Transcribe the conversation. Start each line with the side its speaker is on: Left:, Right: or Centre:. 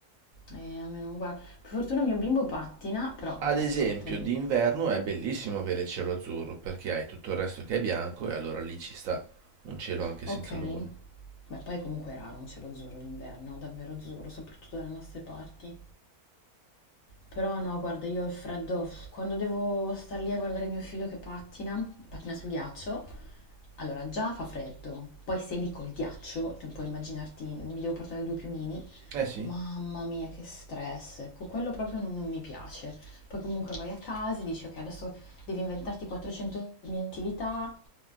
Left: Eh, a me non guarda. Per fortuna mio bimbo pattina, però
Right: Ad
Left: ecco,
Right: esempio,
Left: tra di-
Right: d'inverno è bellissimo avere il cielo azzurro perché hai tutto il resto che è bianco e allora lì ci sta un cielo anche
Left: Ok.
Right: senza nuvole.
Left: Beh, poi comunque è raro un cielo azzurro d'inverno, davvero azzurro, soprattutto dalle nostre parti. Però no, guarda, io il freddo, quando devo star lì a guardare mio figlio che pattina, pattina sul ghiaccio, allora già fa freddo, poi sei lì col ghiaccio, tu puoi immaginarti, mi devo portare due piumini,
Right: Eh sì,
Left: mamma mia che stress, ecco, quello proprio non, non mi piace. Poi comunque vai a casa e dici ok, adesso devi inventarti 400.000 attività.